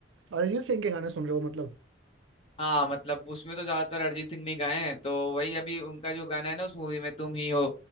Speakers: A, on the right; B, on the left.
A: अरिजीत सिंह के गाने सुन रहे हो मतलब
B: हाँ मतलब उसमें तो ज्यादातर अरिजीत सिंह ने गाए हैं तो वही अभी उनका जो गाना है ना उस मूवी में तुम ही हो